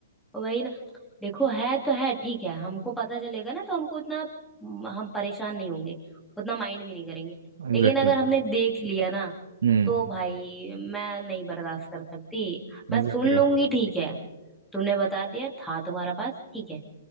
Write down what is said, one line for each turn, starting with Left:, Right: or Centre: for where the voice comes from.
Centre: वही ना देखो है तो है ठीक है हमको पता चलेगा ना तो हमको इतना म, हम परेशान नहीं होंगे उतना माइंड भी नहीं करेंगे
Right: एग्जैक्टली
Centre: लेकिन अगर हमने देख लिया ना
Right: हम्म
Centre: तो भाई मैं नहीं बर्दाश्त कर सकती मैं
Right: एग्जैक्टली
Centre: सुन लूंगी ठीक है तुमने बता दिया था तुम्हारा पास ठीक है